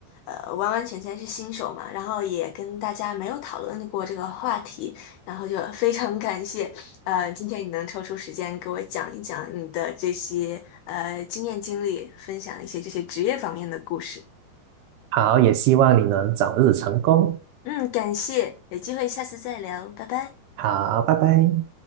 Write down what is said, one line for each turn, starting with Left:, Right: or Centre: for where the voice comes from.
Left: 呃完完全全是新手嘛，然后也跟大家没有讨论过这个话题，然后就 <laughs> 非常感谢呃今天你能抽出时间给我讲一讲你的这些呃经验经历，分享一些这些职业方面的故事。
Right: 好，也希望你能早日成功。
Left: 嗯，感谢，有机会下次再聊，拜拜。
Right: 好，拜拜。